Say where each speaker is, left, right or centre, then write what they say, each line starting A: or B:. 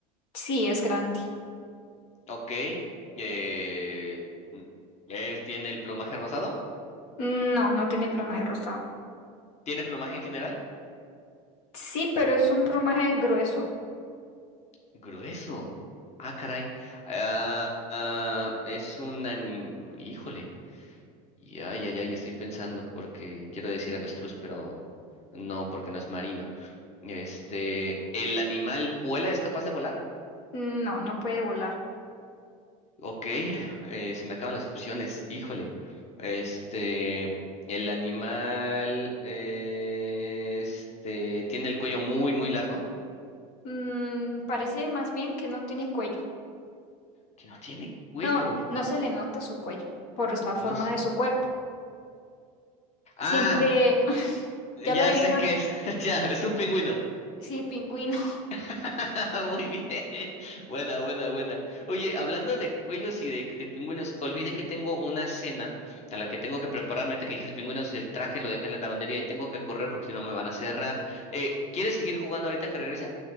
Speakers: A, on the left; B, on the left.
A: Sí, es grande.
B: Ok. eh, mm, es- ¿tiene el plumaje rosado?
A: No, no tiene plumaje rosado.
B: ¿Tiene plumaje en general?
A: Sí, pero es un plumaje grueso.
B: Grueso. Ah, caray. Ah, ah, es un anim... Híjole. Ya, ya, ya, ya estoy pensando porque quiero decir avestruz, pero no, porque no es marino. Este, ¿el animal vuela? ¿Es capaz de volar?
A: No, no puede volar.
B: Ok, eh, se me acaban las opciones, híjole. Este, el animal, eh, este, tiene el cuello muy, muy largo.
A: Mm, parece más bien que no tiene cuello.
B: Que no tiene cuello,
A: No, no se le nota su cuello por la forma
B: no sé.
A: de su cuerpo.
B: Ah,
A: Siempre, <laughs>
B: ya
A: ya lo adivinaste.
B: sé qué es, <laughs> ya, es un pingüino.
A: Sí, pingüino. <laughs>
B: <laughs> Muy bien, buena, buena, buena. Oye, hablando de cuellos y de, de pingüinos, olvidé que tengo una cena a la que tengo que prepararme. Ahorita que dijiste pingüinos, el traje lo dejé en la lavandería y tengo que correr porque si no me van a cerrar. Eh, ¿quieres seguir jugando ahorita que regrese?